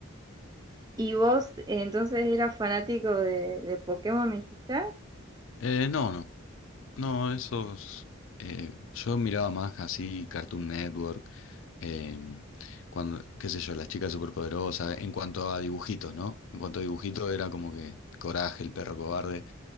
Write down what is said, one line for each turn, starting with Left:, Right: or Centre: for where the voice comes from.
Right: ¿Y vos eh, entonces eras fanático de, de Pokémon, me dijiste?
Left: Eh, no, no. No, esos. eh, yo miraba más así Cartoon Network, em, cuando, qué sé yo, las chicas superpoderosas, en cuanto a dibujitos, ¿no? En cuanto a dibujitos era como que Coraje, el perro cobarde.